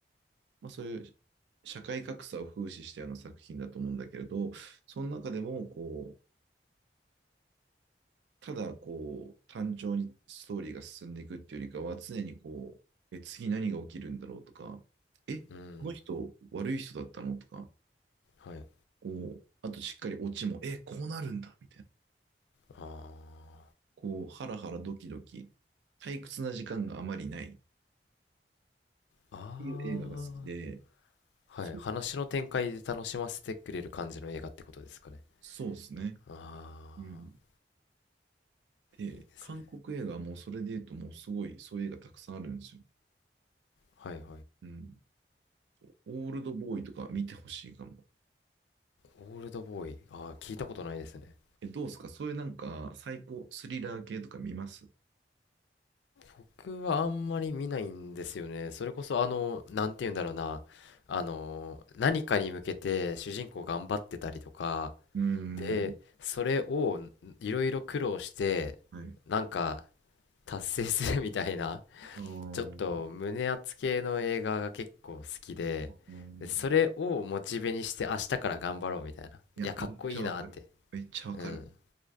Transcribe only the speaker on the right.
まあ、そういう社会格差を風刺したような作品だと思うんだけれど、その中でもこう、ただこう、単調にストーリーが進んでいくっていうよりかは、常にこう、え、次何が起きるんだろうとか、え、
この人悪い人だったのとか、
こう、あとしっかりオチも、え、こうなるんだみたいな。
こう、ハラハラドキドキ、退屈な時間があまりないっ
ていう映画が好きで、
そ、
そうですね。
うん。で、
韓国映画はもうそれで言うともうすごい、そういう映画たくさんあるんですよ。
うん。オールドボーイとか見てほしいかも。
え、どうですかそういうなんか最高スリラー系とか見ますう
ーん。
はい。
あー
あー
いや、
めっちゃわかる。めっちゃわかる。